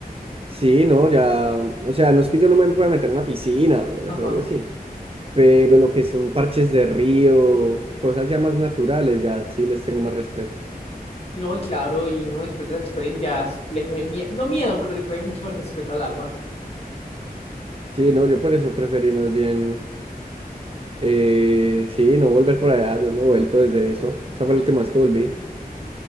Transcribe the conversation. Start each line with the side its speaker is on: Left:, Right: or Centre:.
Right: sí, no, ya, o sea, no es que yo no me pueda meter en la piscina,
Left: Ajá.
Right: eso obvio sí, pero lo que son parches de río, cosas ya más naturales, ya sí les tengo más respeto.
Left: Y no, y claro, y uno después de esa experiencia así que le coge miedo, no miedo, pero le coge mucho más respeto al agua.
Right: Sí, no, yo por eso preferí más bien, eh, sí, no volver por allá, yo no he vuelto desde eso, esa fue la última vez que volví.